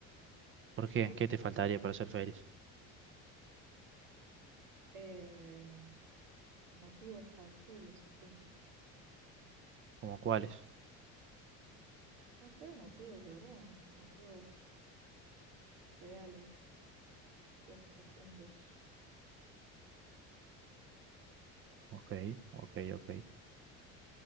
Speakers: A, on the right; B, on the right.
A: ¿Por qué? ¿Qué te faltaría para ser feliz?
B: Eh, motivos tangibles, supongo.
A: ¿Cómo cuáles?
B: No sé, motivos de verdad, motivos reales, motivos profundos.
A: Ok, ok, ok.